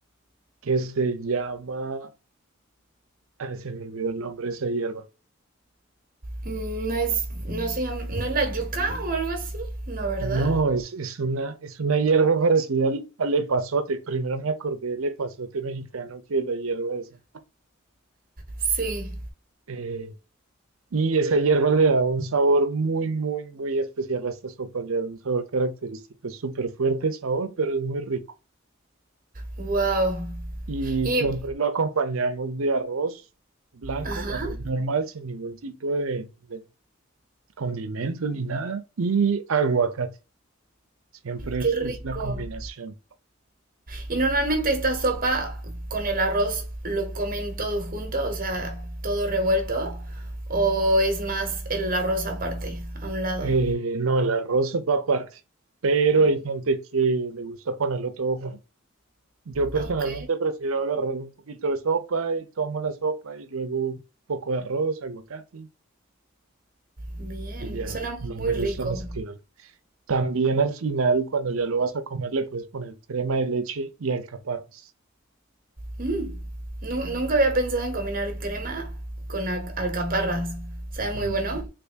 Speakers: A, on the right; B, on the right.
A: que se llama, ah, se me olvidó el nombre de esa hierba,
B: Mm, No es, no se llama, ¿no es la yuca o algo así? No, ¿verdad?
A: No, es, es una, es una hierba parecida al, al epazote. Primero me acordé del epazote mexicano que de la hierba esa.
B: sí.
A: Eh, y esa hierba le da un sabor muy, muy, muy especial a esta sopa. Le da un sabor característico. Es súper fuerte el sabor, pero es muy rico.
B: Wow.
A: Y
B: Y
A: siempre lo acompañamos de arroz blanco,
B: Ajá.
A: arroz normal, sin ningún tipo de, de condimento ni nada. Y aguacate. Siempre
B: Qué
A: es,
B: rico.
A: es la combinación.
B: Y normalmente esta sopa con el arroz lo comen todo junto, o sea, todo revuelto, o es más el arroz aparte, a un lado.
A: Eh, no, el arroz va aparte, pero hay gente que le gusta ponerlo todo junto. Yo personalmente
B: Ah, Ok,
A: prefiero agarrar un poquito de sopa y tomo la sopa y luego un poco de arroz, aguacate
B: bien,
A: y ya,
B: suena
A: no
B: muy
A: me gusta
B: rico.
A: mezclar. También al final, cuando ya lo vas a comer, le puedes poner crema de leche y alcaparras.
B: Mm, nu- nunca había pensado en combinar crema con a- alcaparras. Sabe
A: Ujú.
B: muy bueno.